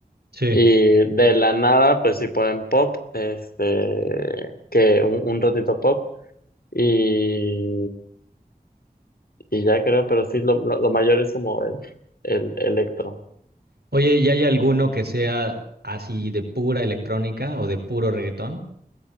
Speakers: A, on the right (about 80°); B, on the left (about 65°).
A: Sí.
B: Y de la nada, pues sí ponen pop, este, que un, un ratito pop, y, y ya creo, pero sí, lo, lo, lo mayor es como el, el electro.
A: Oye, ¿y hay alguno que sea así de pura electrónica o de puro reggaetón?